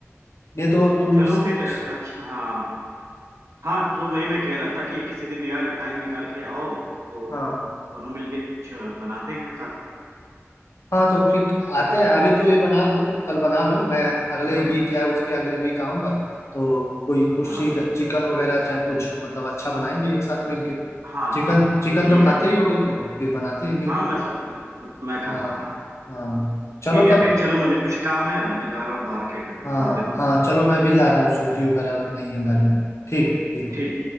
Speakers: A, on the left (about 65°); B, on the right (about 90°).
A: ये तो तुम
B: चलो
A: स-
B: फिर
A: स-
B: अच्छा हाँ हाँ तो वही मैं कह रहा था कि किसी दिन यार टाइम निकाल के आओ तो
A: हाँ
B: दोनों मिलके कुछ बनाते हैं साथ में
A: हाँ तो फिर आते हैं अभी तो ये बना लो तुम कल बना लो मैं अगले
B: हाँ
A: वीक या उसके अगले वीक आऊंगा तो कोई कुछ
B: हाँ
A: चीज चिकन वगैरह चाहे कुछ मतलब अच्छा बनाएंगे एक साथ मिलके
B: हाँ
A: चिकन
B: हाँ
A: चिकन
B: ठीक
A: तो खाते
B: है फिर
A: ही होगे तो फिर बनाते हैं मिलके
B: हाँ मैं सब मैं खाता
A: हाँ
B: हूँ हाँ
A: हाँ चलो
B: ठीक है
A: तब
B: फिर चलो मुझे कुछ काम है मैं जा रहा हूँ मार्केट अभी
A: हाँ
B: बाद में बात
A: हाँ
B: करूँ
A: चलो मैं भी जा रहा हूँ सूजी वगैरह नहीं है घर में ठीक है ठीक है।
B: ठीक